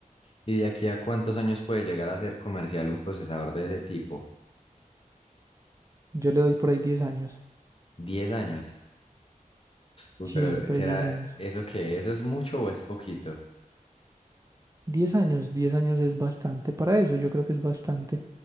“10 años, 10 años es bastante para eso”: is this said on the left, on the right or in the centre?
Right